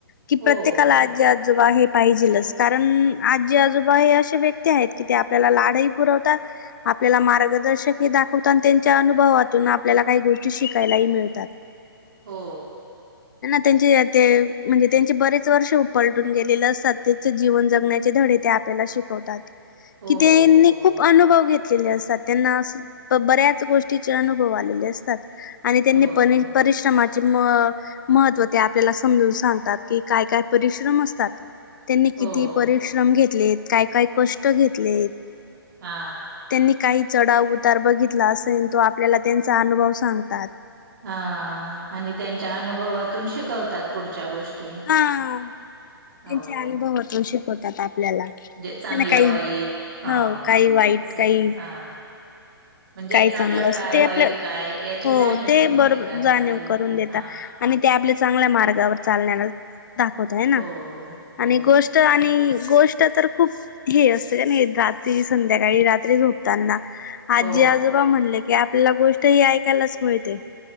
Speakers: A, on the left; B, on the right.
A: की
B: हो
A: प्रत्येक
B: हो
A: आजोबा हे पाहिजेलस कारण आजी आजोबा हे असे व्यक्ती आहेत, की ते आपल्याला लाडाही पुरवतात. आपल्याला मार्गदर्शक हे दाखवत आणि त्यांच्या अनुभवातून आपल्याला काही गोष्टी शिकायलाही मिळतात. ह
B: हो
A: त्यांचे ते म्हणजे त्यांचे बरेच. वर्ष उपलटून गेलेलं सततेचे जीवन जगण्याचे धडे ते आपल्याला शिक
B: हो
A: की त्यांनी
B: हो
A: खूप अनुभव घेत ले असतात त्यांना अस बऱ्याच गोष्टीचे अनुभव आलेले असतात. आणि त्यांनी
B: हो
A: पर परिश्रमाचे म महत्त्व ते आपल्याला समजून सांगतात. की काय काय परिश्रम असतात, त्यांनी
B: हो
A: किती पर श्रम घेतलेत काय काय कष्ट घेतलेत.
B: हा
A: त्यांनी काही चढा उतार बघितला असेल तो आपल्याला त्यांचा अनुभव सांगतात.
B: हा आणि त्यांच्या अनुभवातून शिकवतात. पुढच्या गोष्टी
A: हा त्यांचे
B: हो
A: अनुभव होतो शिकवतात. आपल्याला
B: जे चांगलं
A: ना काही
B: वाईट हा
A: हो काही वाईट
B: तसं
A: काही
B: हा म्हणजे
A: काय चांगलं
B: काय
A: ते
B: वाईट
A: आपल्या
B: काय याची
A: हो
B: जाणीव
A: ते
B: करून
A: बरोबर
B: देतात
A: जाणीव
B: आपल्याला
A: करून देेतात.
B: हा
A: आणि ते आपल्या चांगल्या मार्गावर चालण्याला दाखवत आहे. ना
B: हो हो
A: आणि गोष्ट आणि गोष्ट तर खूप हे असतं का नाही रात्री संध्याकाळी रात्री झोपताना.
B: हो
A: जी आजोबा म्हणले की आपल्याला गोष्ट ही ऐकायलाच मिळते.